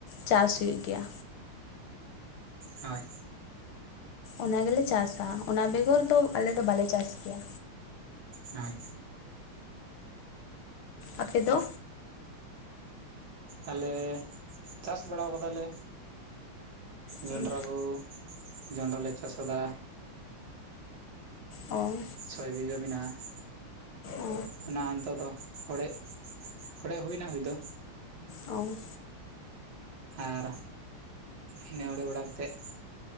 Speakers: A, on the left (about 75°); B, on the right (about 55°).
A: ᱪᱟᱥ ᱦᱳᱭᱩᱳ ᱜᱮᱭᱟ
B: ᱦᱳᱭ
A: ᱚᱱᱟ ᱜᱮᱞᱮ ᱪᱟᱥ ᱟ ᱚᱱᱟ ᱵᱮᱜᱚᱨ ᱫᱚ ᱟᱞᱮ ᱫᱚ ᱵᱟᱞᱮ ᱪᱟᱥ ᱜᱮᱭᱟ
B: ᱦᱳᱭ
A: ᱟᱯᱮ ᱫᱚ
B: ᱟᱞᱮ ᱪᱟᱥ ᱵᱟᱲᱟ ᱠᱟᱫᱟᱞᱮ
A: ᱦᱩᱸ
B: ᱡᱚᱱᱰᱨᱟ ᱠᱚ ᱡᱚᱱᱰᱨᱟ ᱞᱮ ᱪᱟᱥ ᱠᱟᱫᱟ
A: ᱚ
B: ᱪᱷᱚᱭ ᱵᱤᱜᱷᱟᱹ ᱢᱟᱱᱟᱜ-ᱟ᱾
A: ᱚ
B: ᱚᱱᱟ ᱱᱤᱛᱚᱜ ᱫᱚ ᱦᱚᱲᱮᱡ ᱦᱚᱲᱮᱡ ᱦᱩᱭᱱᱟ ᱦᱩᱭ ᱫᱚ
A: ᱚ
B: ᱟᱨ ᱤᱱᱟᱹ ᱚᱲᱮ ᱵᱟᱲᱟ ᱠᱟᱛᱮᱫ